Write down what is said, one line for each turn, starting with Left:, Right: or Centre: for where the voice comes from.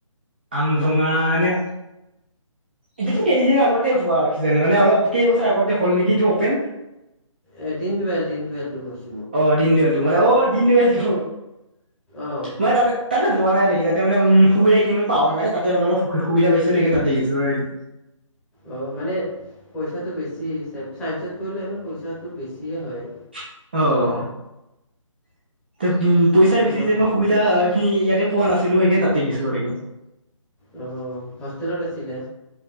Right: আমজোঙা এনে। এইটো কেইদিন আগতে হোৱা কিজনী মানে অলপ কেইবছৰ আগতে হ'ল নেকি এইটো অপেন।
Centre: এ দিনটুৱেল দিনটুৱেল টো কৈছো।
Right: অ', দিনদুয়ালটো মানে অ', দিনদুয়ালটো
Centre: অঁ
Right: মানে তাতে তাতে পোৱা নাই আৰু কি তাতে মানে উম, সুবিধাখিনি মই পোৱা নাই তাতে মানে অলপ সুবিধা পাইছোঁ সেইকাৰণে তাতে গেছোঁ আৰু কি।
Centre: অ', মানে পইচাটো বেছি হৈচে চাইন্সত পৰিঢ়লে এনেও পইচাটো বেছি। সেয়ে হয়।
Right: অ', তে উম পইচা
Centre: তোমাৰ
Right: বেছি যেতি মই সুবিধা খিনি ইয়াতে পোৱা নাছিলো সেইকাৰণে তাতেখিছো আৰু
Centre: আহ হোষ্টেলত আছিলে